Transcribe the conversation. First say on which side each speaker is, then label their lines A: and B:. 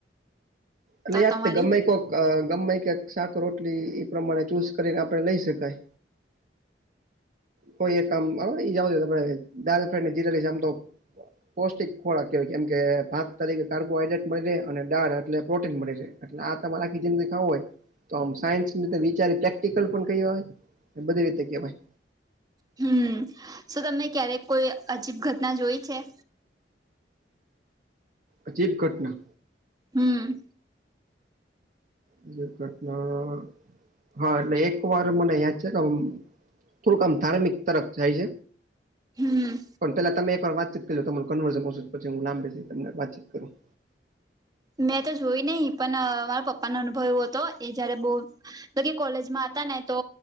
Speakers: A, on the right; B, on the right.
A: એલે
B: તો
A: યાદ
B: તમારી
A: ગમે કોક ગમે ઈ ક્યાંક શાક રોટલી ઈ પ્રમાણે ચૂઝ કરીને આપણે લઈ શકાય. કોઈ એક કામ આવે ઈજ આવે દાલ ફ્રાઈડને જીરા રાઈશ આમ તો પૌષ્ટિક ખોરાક કેવાય કેમ કે ભાત તરીકે કાર્બોહાઈડ્રેટ મળી રહે અને દાળ એટલે પ્રોટીન મળી રે એટલે આ તમારે આખી જિંદગી ખાવું હોય તો આમ સાયન્સની રીતે વિચારી પ્રેક્ટિકલ પણ કઈ હવે ને બધી રીતે કેવાય.
B: હમ શું તમને ક્યારેક કોઈ અજીબ ઘટના જોઈ છે?
A: અજીબ ઘટના?
B: હમ
A: અજીબ ઘટના હા એટલે એકવાર મને યાદ છે કે હું થોડુંક આમ ધાર્મિક તરફ જાય છે.
B: હમ
A: પન પેલા તમે એકવાર વાતચીત કર લો તમારું કન્વર્ઝન ઓછું પછે હું લાંબે થીને તમને વાતચીત કરું.
B: મેં તો જોઈ નહી પન મારા પપ્પાનો અનુભવ એવો હતો એ જયારે બહુ તો કે કોલેજમાં હતા ને તો